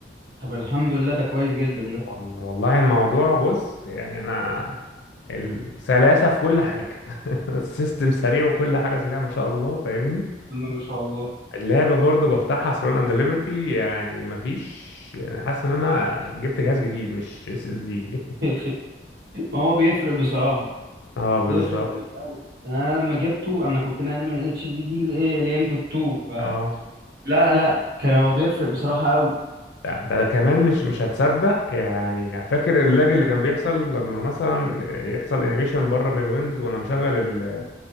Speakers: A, on the right; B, on the left.
A: طب الحمد لله ده كويس جدا ده
B: وال- والله الموضوع بص يعني انا السلاسة في كل حاجة <laughs> السيستم سريع وكل حاجة سريعة ما شاء الله فاهمني
A: بسم الله ما شاء الله
B: اللعبة برضو بفتحها ثرون اند ليبرتي يعني مفيش يعني حاسس ان انا جبت جهاز جديد مش اس اس دي
A: <laughs> ما هو بيفرق بصراحة
B: <laughs> اه بالظبط
A: بيفرق جامد قوي انا لما جبته انا كنت ناقل من اتش دي دي لام دوت 2 ف
B: اه
A: لا لا كان هو بيفرق بصراحة قوي
B: ده, ده كمان مش مش هتصدق يعني فاكر اللاج اللي كان بيحصل لما مثلا يحصل انيميشن بره من الويندوز وانا مشغل ال ال